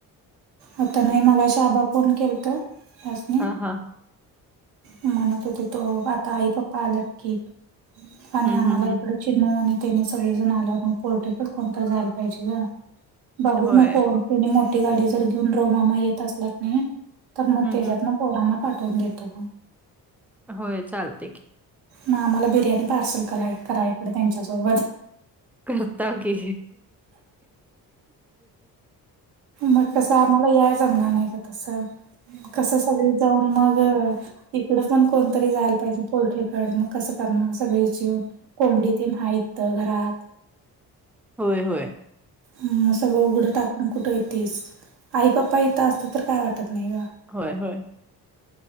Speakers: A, on the right; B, in the centre.
A: आता नाही मगा शाबा फोन केला तर अस
B: हा हा
A: म्हणत होते तो आता आई पप्पा आलात की आणि
B: हं,
A: आम्हाला
B: हं, हं.
A: इकडे चिनू आणि त्याने सगळेजण आल्या मग पोर्ट्रेकडे कोणता जायला पा का बघू
B: होय.
A: मग फोन नी मोठी गाडी जर घेऊन रोमामा येत असलाच नाही तर मग
B: हं,
A: त्याच्यातन
B: हं.
A: पोरांना पाठवून देतो मग
B: होय चालते की
A: म आम्हाला बिर्याणी पार्सल कय करा इकडं त्यांच्यासोबत
B: करता की
A: मग कसं आम्हाला याय जमणार नाही का तसं कसं सगळी जाऊन मग तिकडच पण कोणतरी जायला पाहिजे पोल्ट्रीकड मग कसं सगळेन कोंबडी तयित घरात.
B: होय होय.
A: मग सगळं उघडं टाकून कुठं येतेस आई पप्पा येत असतं तर काय वाटत नाही ग.
B: होय होय.